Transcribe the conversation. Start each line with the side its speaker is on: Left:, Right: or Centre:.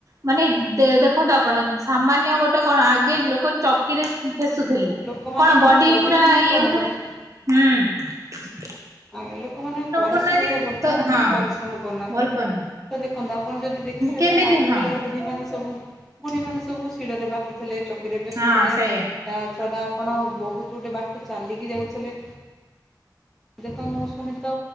Right: ମାନେ ଦେଖନ୍ତୁ ଆପଣ ସାମାନ୍ୟ ଗୋଟେ କଣ ଆଗେ ଲୋକ। ଚକିରେ ଫେସୁଥିଲେ
Centre: ଲୋକମାନେ
Right: କଣ ବଡି
Centre: ପରିଶ୍ରମ
Right: ପୁରା
Centre: ହିଁ
Right: ଇଏ
Centre: କରୁନାହାନ୍ତି
Right: ହଉଥିଲା। ହୁଁ।
Centre: ଆଜ୍ଞା। ଲୋକମାନେ ଆଉ ପରିଶ୍ରମ
Right: କରୁନାହାନ୍ତି
Centre: କରିବାକୁ ଭଲ
Right: ତ
Centre: ପାଉନାହାନ୍ତି
Right: ହଁ
Centre: କି ପରିଶ୍ରମ କରୁନାହାନ୍ତି
Right: ଭଲ ପାଉନା
Centre: ତ ଦେଖ। ଦେଖନ୍ତୁ ଆପଣ ଯଦି ଦେଖିବେ
Right: କେମିତି
Centre: ତାହେଲେ ଆଗ
Right: ହଁ
Centre: କଳରେ ବୁଢୀ ମାନେ ସବୁ, ବୁଢୀ ମାନେ ସବୁ ଶିଳରେ ବା ଟଥିଲେ ଚକିରେ ପେଶୁଥିଲେ
Right: ହଁ ସେଇଆ
Centre: ତା ସେଟା ଆପଣ ବହୁତ ଗୋଟେ ବାଟ ଚାଲିକି ଯାଉଥିଲେ। ଦେଖ ମୁଁ ଶୁଣି ତ